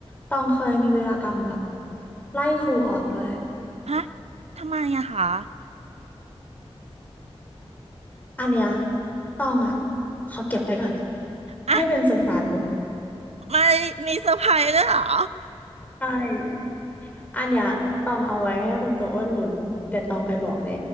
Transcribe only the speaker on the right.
ฮะทำไมอะคะ
อ่ะ
ไม่มีเซอร์ไพรส์ด้วยเหรอ